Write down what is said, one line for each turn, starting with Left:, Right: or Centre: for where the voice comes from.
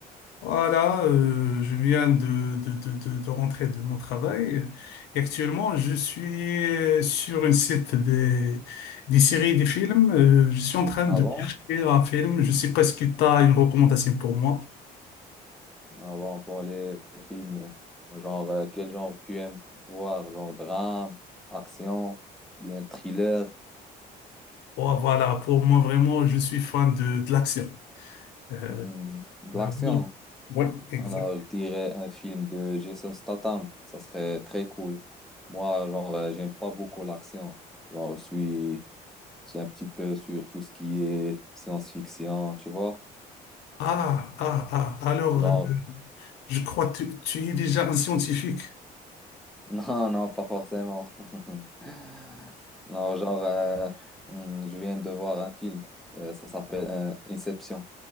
Left: Voilà, euh, je viens de, de, de, de, de rentrer de mon travail et actuellement, je suis euh, sur une site des, des séries et des films. Euh, je suis en train de
Centre: avant?
Left: chercher un film. Je ne sais pas ce que tu as une recommandation pour moi.
Centre: Avant pour les films, genre euh, quel genre tu aimes voir? Genre drame, action, bien thriller,
Left: Oh, voilà, pour moi, vraiment, je suis fan de, de l'action. Euh,
Centre: Hmm, de
Left: vraiment.
Centre: l'action.
Left: Oui, exact.
Centre: Alors, je dirais un film de Jason Statham, ça serait très cool. Moi, genre, euh, j'aime pas beaucoup l'action. Genre, je suis, je suis un petit peu sur tout ce qui est science-fiction, tu vois?
Left: Ah, ah, ah, alors,
Centre: Genre,
Left: euh, je crois que tu, tu es déjà un scientifique.
Centre: Non, non, pas forcément. <laughs> Non, genre, euh, hmm, je viens de voir un film. Euh, ça s'appelle euh, Inception.